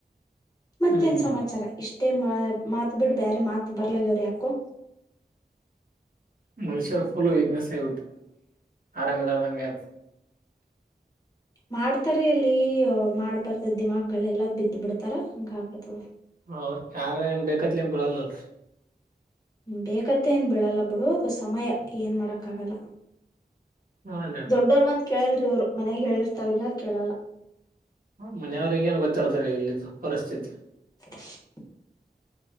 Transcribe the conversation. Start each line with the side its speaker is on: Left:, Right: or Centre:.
Left: ಮತ್ತೇನ್
Right: ಹ್ಮ್
Left: ಸಮಾಚಾರ ಇಷ್ಟೇ ಮಾ ಮಾತ್ ಬಿಟ್ಟ ಬ್ಯಾರೆ ಮಾತ್ ಬರ್ಲ ಆಗ್ಯಾವ್ರಿ ಯಾಕೋ.
Right: ಮನುಷ್ಯರ್ ಫುಲ್ ವೀಕ್ನೆಸ್ <unintelligible> ಆರಾಮ ಇರದಂಗ್ ಆಗ್ಯದ.
Left: ಮಾಡ್ತಾರೆ ಅಲ್ಲಿ ಮಾಡ್ಬರ್ದ ದಿಮಾಕಗಳೆಲ್ಲಾ ಬಿದ್ದ್ ಬಿಡ್ತಾರ ಹಂಗ ಆಗ್ತದ ಅದ್.
Right: ಅವರ್ ಯಾರೆ ಏನ್ ಬೇಕಾತ್ಲೆ ಏನ್ ಬಿಳಲ್ಲ್ ಅಳ್.
Left: ಬೇಕತ್ತ ಏನ್ ಬಿಳಲ್ಲ ಬಿಡು ಅದು ಸಮಯ ಏನ್ ಮಾಡಾಕ್ ಆಗಲ್ಲ.
Right: ಹೌದಾ
Left: ದೊಡ್ಡವ್ರ ಮಾತ್ ಕೇಳಲ್ರಿ ಇವ್ರು ಮನೆಗ್ ಹೇಳಿರ್ತಾರಲ್ಲ ಕೇಳಲ್ಲ.
Right: ಹ ಮನ್ಯಾವರಿಗೆ ಏನ್ ಗೊತ್ತಿರ್ತದ ಇಲ್ಲಿದು ಪರಿಸ್ಥಿತಿ.
Left: <inaudible>